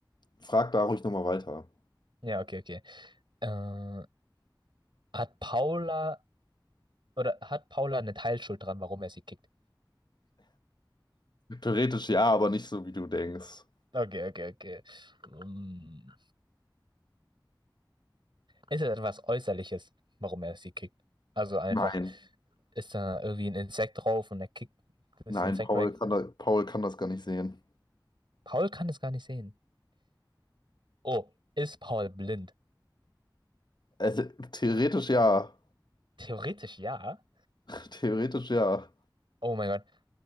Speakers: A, on the left; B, on the right.
A: frag da ruhig nochmal weiter.
B: Ja, okay, okay. Äh, hat Paula oder hat Paula eine Teilschuld dran, warum er sie kickt?
A: Theoretisch ja, aber nicht so, wie du denkst.
B: Okay, okay, okay. Ähm, Ist es etwas Äußerliches, warum er sie kickt? Also einfach
A: Nein,
B: ist da irgendwie ein Insekt drauf und er kickt das
A: nein,
B: Insekt
A: Paul
B: weg.
A: kann da, Paul kann das gar nicht sehen.
B: Paul kann es gar nicht sehen. Oh, ist Paul blind?
A: Also, theoretisch ja.
B: Theoretisch ja.
A: <laughs> Theoretisch ja.
B: Oh mein Gott.